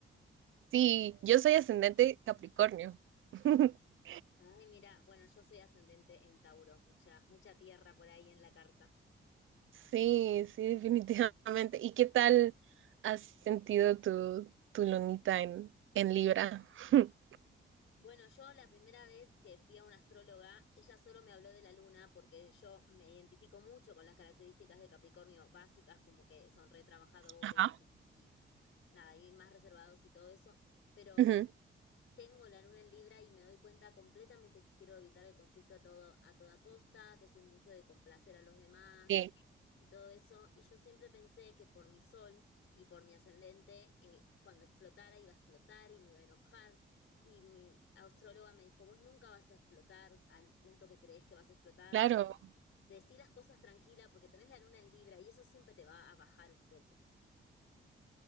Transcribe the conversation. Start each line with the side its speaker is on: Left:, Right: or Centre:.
Right: Sí, yo soy ascendente Capricornio. <laughs>
Left: Ay, mira, bueno, yo soy ascendente en Tauro, mucha, mucha tierra por ahí en la carta.
Right: Sí, sí, definitivamente. ¿Y qué tal has sentido tu, tu lunita en, en Libra? <laughs>
Left: Bueno, yo la primera vez que fui a una astróloga, ella solo me habló de la luna porque yo me identifico mucho con las características de Capricornio básicas, como que son retrabajadores
Right: Ajá.
Left: y nada, y más reservados y todo eso, pero
Right: Ujú,
Left: tengo la luna en Libra y me doy cuenta completamente que quiero evitar el conflicto a todo, a toda costa, que soy mucho de complacer a los demás,
Right: Sí,
Left: y todo eso. Y yo siempre pensé que por mi sol y por mi ascendente, eh, cuando explotara iba a explotar y me iba a enojar. Y mi astróloga me dijo, vos nunca vas a explotar al punto que crees que vas a explotar.
Right: claro.
Left: Decí las cosas tranquila porque tenés la luna en Libra y eso siempre te va a bajar un poco.